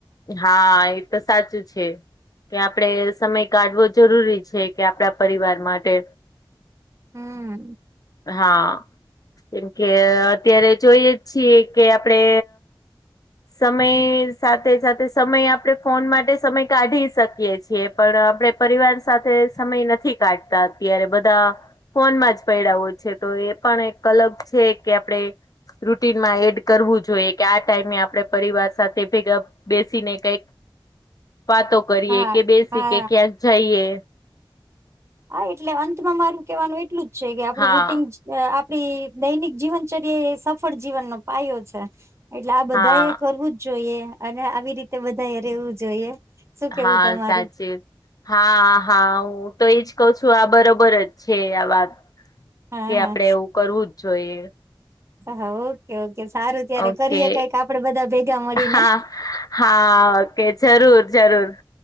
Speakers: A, on the left; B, on the right.
A: હા એ તો સાચું છે. કે આપડે સમય કાઢવો જરૂરી છે કે આપડા પરિવાર માટે
B: હમ.
A: હા કેમ કે અત્યારે જોઈએ છીએ કે આપડે સમય સાથે સાથે સમય આપડણે ફોન માટે સમય કાઢી શકીએ છે. પણ આપણે પરિવાર સાથે સમય નથી કાઢતા અત્યારે બધા ફોનમાં જ પૈડો છે તો એ પણ એક કલગ છે કે આપણેે રૂટીનમાં એડ કરવું જોઈએ કે આ ટાઈમે આપડે પરિવાર સાથે ભેગા બેસીને કઈક વાતો. કરીએ
B: હા
A: કે બેસી
B: હા
A: કે ક્યાંક જઈએ.
B: હા એટલે અંતમાં મારું કેહેવાનું એટલું જ છે કે આપડું
A: હા
B: રૂટીન. આપડી દૈનિક જીવનચર્યા એ સફળ જીવનનોો પાયો છે. એટલે આ બધા
A: હા
B: એ કરવું જ જોઈએ અને આવી રીતે બધા એ રેવું જોઈએ. શું કેવું
A: હા
B: તમારું?
A: સાચી હા હા હું તો એજ કહ છું આ બરોબર જ છે આ વાત
B: હા
A: કે
B: હા
A: આપડે એવું કરવું જ જોઈએ.
B: સ હા ઓ. કેવું કે સારું ત્યારે
A: ઓકે
B: કરીએ કઈક આપડે બધા ભેગા મળીને.
A: હા હા ઓકે જરૂર જરૂર.